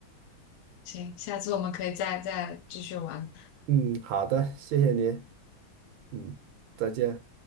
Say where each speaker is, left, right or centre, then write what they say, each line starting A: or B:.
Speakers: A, on the left; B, on the right.
A: 行，下次我们可以再再继续玩。
B: 嗯，好的，谢谢你，嗯，再见。